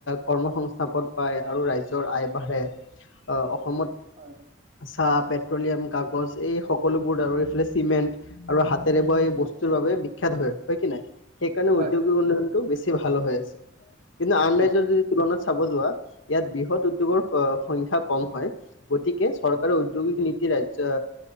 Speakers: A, on the left; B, on the right.
A: কৰ্ম সংস্থাপন পায় আৰু ৰাইজৰ আয় বাঢ়ে অ অসমত
B: হয়
A: চাহ পেট্ৰলিয়াম কাগজ এই সকলোবোৰ আৰু এইফালে চিমেণ্ট আৰু হাতেৰে বোৱা এই বস্তুৰ বাবে বিখ্যাত হয়, হয় কি নাই সেইকাৰণে
B: হয়
A: উদ্যোগিক
B: হয়
A: উন্নয়নটো বেছি ভাল হৈ আছে কিন্তু আন
B: অ
A: ৰাজ্যৰ যদি তুলনাত চাব যোৱা ইয়াত বৃহৎ উদ্যোগৰ সংখ্যা কম হয় গতিকে চৰকাৰে উ উদ্যোগিক নীতি ৰাজ্য